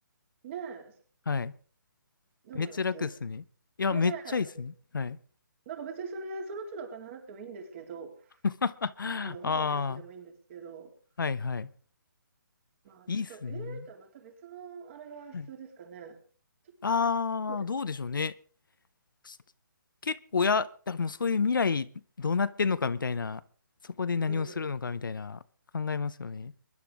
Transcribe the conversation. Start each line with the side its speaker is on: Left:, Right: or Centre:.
Right: ねえ、
Left: はい。
Right: どう思います
Left: めっちゃ楽っすね。いや、
Right: ねえ、
Left: めっちゃいいっすね。はい。
Right: なんか別にそれ、その都度お金払ってもいいんですけど、
Left: <laughs>
Right: あの本を読むでもいいんですけど、
Left: ああ、はいはい。
Right: まあちょっと
Left: いいっすね。
Right: AI とはまた別のあれが必要ですかね。
Left: はい、
Right: ちょ、
Left: ああ、
Right: ちょ、どうですか
Left: どうでしょうね。す結構や、だからもうそういう未来どうなってんのかみたいな、そこで何をするのかみたいな考えますよね。
Right: うん。